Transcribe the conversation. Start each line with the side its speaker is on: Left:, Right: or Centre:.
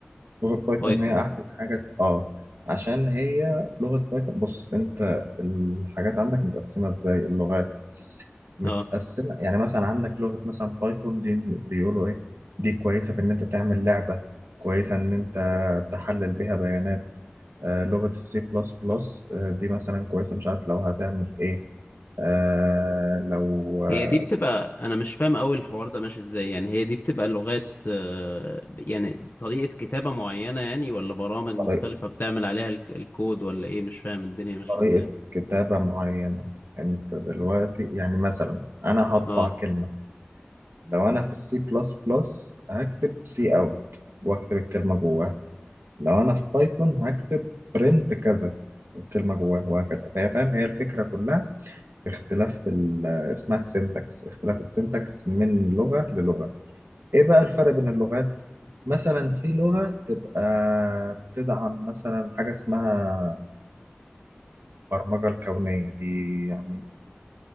Right: لغة بايثون
Left: بايثون
Right: هي أحسن حاجة آه عشان هي لغة بايثون بص أنت الحاجات عندك متقسمة إزاي اللغات متقسمة
Left: اه
Right: يعني مثلا عندك لغة مثلا بايثون دي بيقولوا إيه دي كويسة في إن أنت تعمل لعبة كويسة إن أنت تحلل بيها بيانات آه، لغة السي بلس بلس دي مثلا كويسة مش عارف لو هتعمل إيه آه، لو آه،
Left: هي دي بتبقى انا مش فاهم قوي الحوار ده ماشي ازاي يعني هي دي بتبقى لغات آه، يعني طريقة كتابة معينة يعني ولا برامج مختلفة
Right: طريقة
Left: بتعمل عليها الك- الكود ولا ايه مش فاهم الدنيا ماشية
Right: طريقة
Left: ازاي
Right: كتابة معينة أنت دلوقتي يعني مثلا أنا هطبع
Left: اه
Right: كلمة لو أنا في السي بلس بلس هكتب سي أوت وأكتب الكلمة جواها لو انا في بايثون هكتب print كذا والكلمه جواه وهكذا فهي فاهم هي الفكره كلها في اختلاف ال- آه، اسمها السنتكس اختلاف السنتكس من لغه للغه ايه بقى الفرق بين اللغات مثلا في لغه تبقى بتدعم مثلا حاجه اسمها البرمجه الكونيه دي يعني